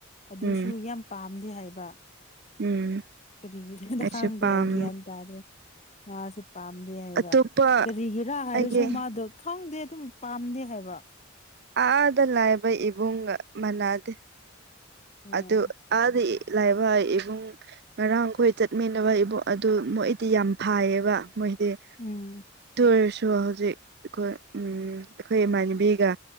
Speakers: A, on the left (about 35°); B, on the right (about 55°).
A: ꯑꯗꯨꯁꯨ
B: ꯎꯝ
A: ꯌꯥꯝ ꯄꯥꯝꯗꯦ ꯍꯥꯏꯌꯦꯕꯥ
B: ꯎꯝ
A: ꯀꯔꯤꯗ
B: ꯑꯩꯁꯨ
A: ꯈꯥꯡꯗꯦ
B: ꯄꯥꯝ
A: ꯍꯥꯏꯗꯤ ꯒꯌ꯭ꯥꯟ ꯇꯗꯔ꯭ꯦ ꯃꯥꯁꯨ ꯄꯥꯝꯗꯦ ꯍꯥꯏꯕ
B: ꯑꯇꯣꯞꯄ
A: ꯀꯔꯤꯒꯤꯔꯥ ꯍꯥꯏꯔꯁꯨ
B: ꯑꯩꯒꯤ
A: ꯃꯥꯗꯣ ꯈꯪꯗꯦ ꯑꯗꯨꯝ ꯄꯥꯝꯗꯦ ꯍꯥꯏꯕ
B: ꯑꯥ ꯑꯥꯗ ꯂꯥꯏꯕ ꯏꯕꯨꯡꯒꯥ ꯃꯅꯥꯗꯦ
A: ꯎꯝ
B: ꯑꯗꯨ ꯑꯗꯤ ꯂꯥꯏꯕ ꯏꯕꯨꯡ ꯉꯔꯥꯡꯈꯣꯏ ꯆꯠꯃꯤꯟꯅꯕ ꯏꯕꯨꯡ ꯑꯗꯨ ꯃꯣꯏꯗꯤ ꯌꯥꯝ ꯐꯥꯏꯌꯦꯕ ꯃꯣꯏꯗꯦ
A: ꯎꯝ
B: ꯇꯣꯏꯔꯁꯨ ꯁꯨ ꯍꯧꯖꯤꯛ ꯑꯩꯈꯣꯏ ꯑꯩꯈꯣꯏ ꯏꯃꯥꯟꯅꯕꯤꯒ